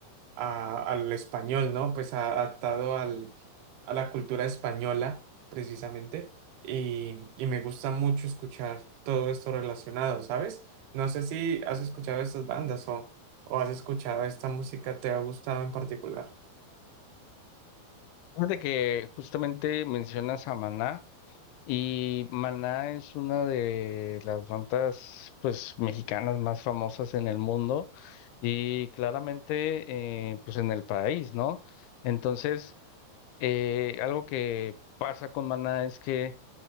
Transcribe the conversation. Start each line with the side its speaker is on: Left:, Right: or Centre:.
Right: a- al español, ¿no? Pues a- adaptado al, a la cultura española, precisamente. Y, y me gusta mucho escuchar todo esto relacionado, ¿sabes? No sé si has escuchado estas bandas o, o has escuchado esta música, ¿te ha gustado en particular?
Left: Fíjate que justamente mencionas a Maná. Y Maná es una de las bandas, pues, mexicanas más famosas en el mundo y claramente, eh, pues, en el país, ¿no? Entonces, eh, algo que pasa con Maná es que,